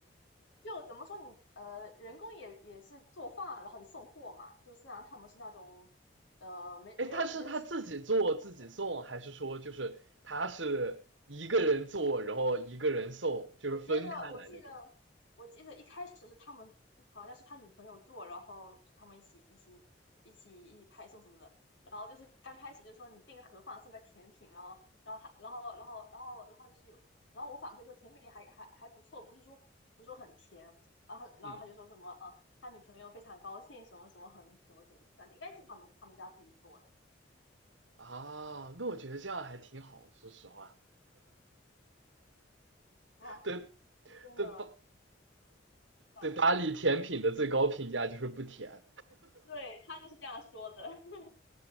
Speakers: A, on the left; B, on the right.
A: 就怎么说你呃，人工也也是做饭，然后你送货嘛，就虽然他们是那种呃没没有没有请请员工的。
B: 哎，他是他自己做自己送，还是说就是他是一个人做，然后一个人送，就是分开来那种？
A: 我觉得，我记得，我记得一开始是他们，好像是他女朋友做，然后是他们一起一起一起一起派送什么的。然后就是刚开始就说你订个盒饭送个甜品，然后然后他然后然后然后然后就是有，然后我反馈说甜品还还还不错，不是说不是说很甜。然后他然后他就说什么啊，
B: 嗯，
A: 他女朋友非常高兴，什么什么很怎么怎么，应该是他们他们家自己做的
B: 啊，那我觉得这样还挺好，说实话。
A: 啊，
B: 对。
A: 是真的
B: 对巴
A: 赚钱。
B: 对巴黎甜品的最高评价就是不甜，
A: 对，他就是这样说的。<laughs>